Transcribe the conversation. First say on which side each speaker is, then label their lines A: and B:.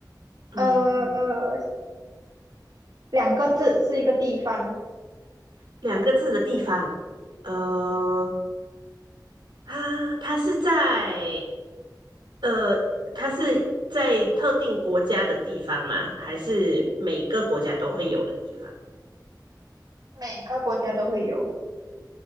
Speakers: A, on the right; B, on the right.
A: 嗯嗯，
B: 呃，两个字是一个地方，
A: 两个字的地方，呃，它它是在呃，它是在特定国家的地方吗？还是每个国家都会有的地方？
B: 每个国家都会有。